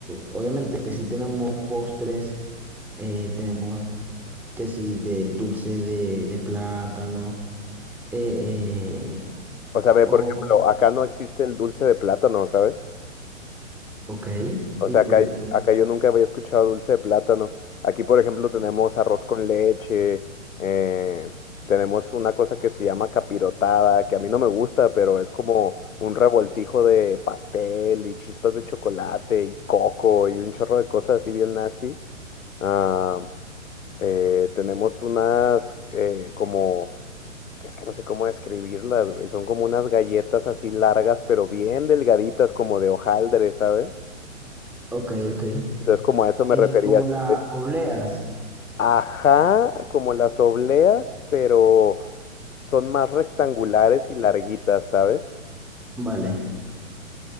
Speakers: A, in the centre; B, on the left.
A: obviamente que sí tenemos postres, eh, tenemos que sí de dulce de, de plátano, eh, eh,
B: O sea, ve,
A: o,
B: por ejemplo, acá no existe el dulce de plátano, ¿sabes?
A: ok,
B: O
A: y
B: sea,
A: por,
B: acá, acá yo nunca había escuchado dulce de plátano. Aquí, por ejemplo, tenemos arroz con leche, eh, tenemos una cosa que se llama capirotada, que a mí no me gusta, pero es como un revoltijo de pastel y chispas de chocolate y coco y un chorro de cosas así bien nasty. Ah, eh, tenemos unas eh, como, es que no sé cómo describirlas, güey. Son como unas galletas así largas, pero bien delgaditas, como de hojaldre, ¿sabes?
A: ok, ok,
B: Entonces, como a eso me
A: y
B: refería.
A: como
B: así
A: las obleas,
B: Ajá, como las obleas, pero son más rectangulares y larguitas, ¿sabes?
A: vale.